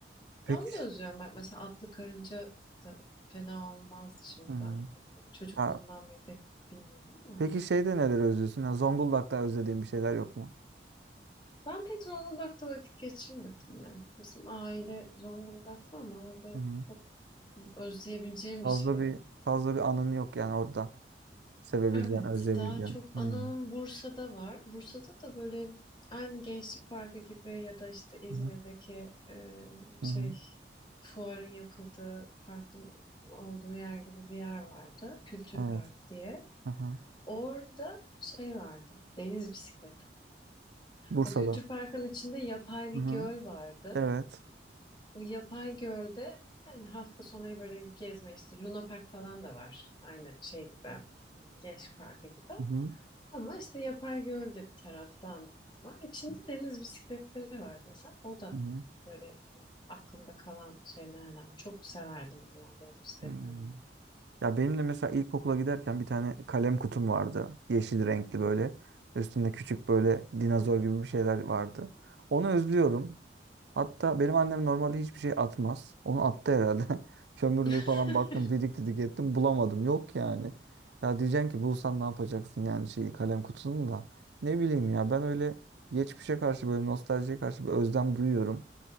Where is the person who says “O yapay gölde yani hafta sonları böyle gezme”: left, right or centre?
Left